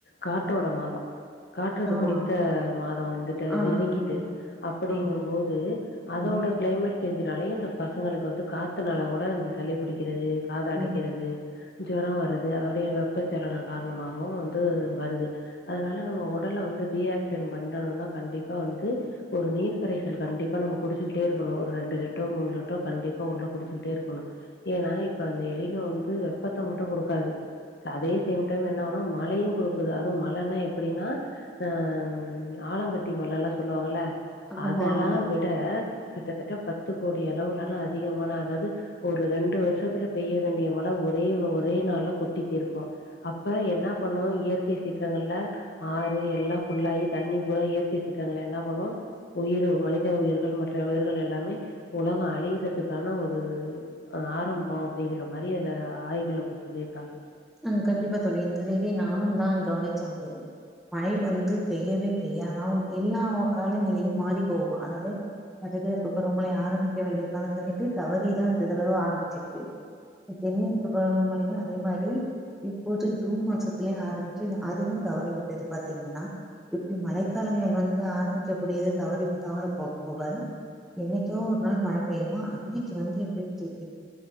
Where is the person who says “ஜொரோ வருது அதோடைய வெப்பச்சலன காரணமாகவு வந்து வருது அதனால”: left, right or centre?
Left